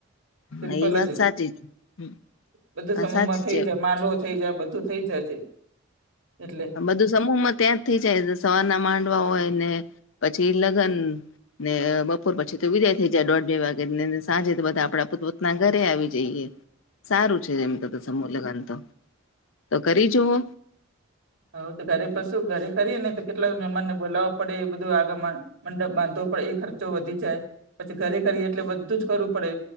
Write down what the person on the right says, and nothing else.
સિમ્પલ
જ
બધું
સમૂહમાં
થઈ
જાય મા થઈ જાય બધું થઈ જાય છે, એટલે
હ તો ઘરે પશું ઘરે કરીએ ને તો કેટલા મહેમાનને બોલાવવા પડે એ બધું આગમન મંડપ બાંધવો પડે એ ખર્ચો વધી જાય, પછી ઘરે કરીએ એટલે બધું જ કરવું પડે